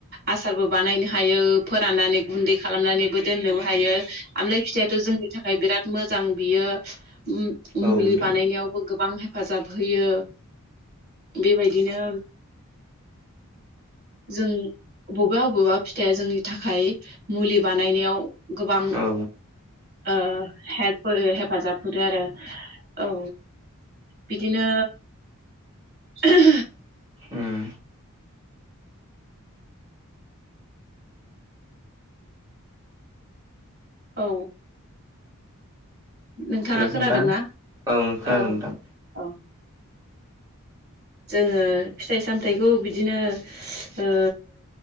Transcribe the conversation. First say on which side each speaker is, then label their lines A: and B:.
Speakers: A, on the right; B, on the right.
A: आसारबो बानायनो हायो फोराननानै गुन्दै खालामनानैबो दोननोबो हायो आमलाय फिथायाथ' जोंनि थाखाय बिराद मोजां बियो उ मुलि
B: औ नोंथां
A: बानायनायावबो गोबां हेफाजाब होयो बेबायदिनो जों बबेबा बबेबा फिथाया जोंनि थाखाय मुलि बानायनायाव गोबां
B: औ
A: ओ हेल्प होयो हेफाजाब होदो आरो औ बिदिनो ओ
B: उम
A: औ नोंथाङा
B: हेलौ
A: खोनादोंना
B: नोंथां खोनादों
A: औ
B: नोंथां
A: औ जोङो फिथाइ सामथाइखौ बिदिनो ओ